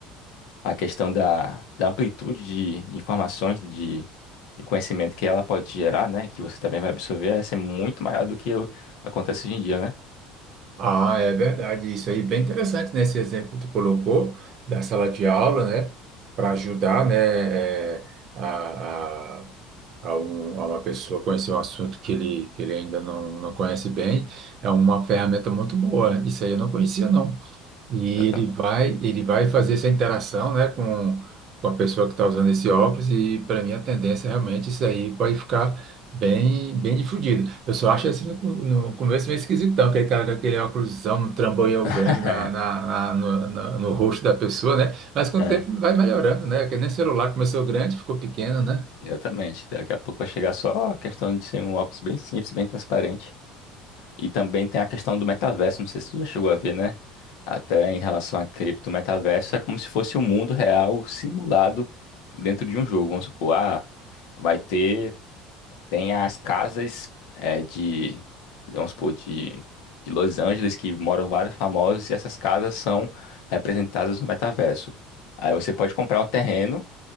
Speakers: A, on the left; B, on the right.
A: a questão da, da amplitude de, de informações, de, de conhecimento que ela pode te gerar, né? Que você também vai absorver, essa é ser muito maior do que o- acontece hoje em dia, né?
B: Ah, é verdade, isso aí, bem interessante, né, esse exemplo que tu colocou da sala de aula, né, para ajudar, né, é, a, a- a, um- a uma pessoa conhecer um assunto que ele, que ele ainda não, não conhece bem, é uma ferramenta muito boa. Isso aí eu não conhecia, não. E
A: Exatamente.
B: ele vai, ele vai fazer essa interação, né, com, com a pessoa que está usando esse óculos, e para mim a tendência é realmente isso aí pode ficar bem, bem difundido. Eu só acho assim no, co- no começo meio esquisitão, aquele cara com aquele óculosão, um trambolhão
A: <laughs>
B: grande na, na, na- no, na- no rosto da pessoa, né? Mas com
A: É,
B: o tempo vai melhorando, né? Porque nem celular começou grande, ficou pequeno, né?
A: exatamente. Daqui a pouco vai chegar só a questão de ser um óculos bem simples, bem transparente. E também tem a questão do metaverso, não sei se tu já chegou a ver, né? Até em relação a cripto, o metaverso é como se fosse o mundo real simulado dentro de um jogo. Vamos supor, ah, vai ter Tem as casas é, de, vamos supor, de, de Los Angeles, que moram vários famosos, e essas casas são representadas no metaverso. Aí você pode comprar um terreno